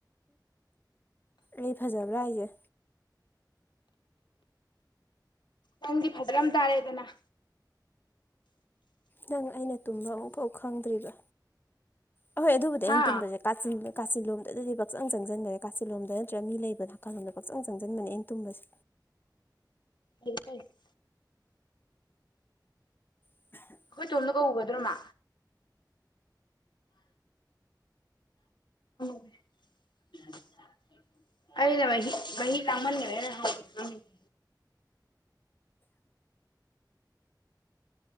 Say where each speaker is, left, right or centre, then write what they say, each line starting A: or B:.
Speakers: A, on the left (about 25°); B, on the left (about 80°).
A: ꯂꯩ ꯐꯖꯕ꯭ꯔꯥ ꯍꯥꯢꯁꯦ
B: ꯅꯪꯗꯤ ꯐꯖ꯭ꯔꯝ ꯇꯥꯔꯦꯗꯅ
A: ꯅꯪ ꯑꯩꯅ ꯇꯨꯝꯕ ꯑꯃꯨꯛꯐꯥꯎ ꯈꯪꯗ꯭ꯔꯤꯕ ꯑꯍꯣꯏ ꯑꯗꯨꯕꯨꯗꯤ ꯑꯩꯅ
B: ꯍꯥ
A: ꯇꯨꯝꯕꯅꯤ ꯀꯥꯆꯤꯟ ꯀꯥꯆꯤꯟꯂꯣꯝꯗꯗꯤ ꯄꯥꯛꯆꯪ ꯆꯪꯁꯤꯟꯕꯅꯦ ꯀꯥꯆꯤꯟꯂꯣꯝꯗ ꯅꯠꯇꯔꯒ ꯃꯤ ꯂꯩꯕ ꯅꯥꯀꯜꯂꯣꯝꯗ ꯄꯛꯆꯪ ꯆꯪꯁꯤꯟꯕꯅꯦ ꯑꯩꯅ ꯇꯨꯝꯕꯁꯦ
B: ꯍ ꯐ <unintelligible>
A: ꯍ <inaudible>
B: ꯑꯩꯈꯣꯏ ꯇꯣꯝꯗꯣ ꯀꯧꯎꯒꯗ꯭ꯔꯣ ꯃꯥ <unintelligible> ꯑꯩꯅ ꯃꯥꯍꯤ ꯂꯥꯡꯃꯥꯟꯈꯔꯦꯅ <unintelligible>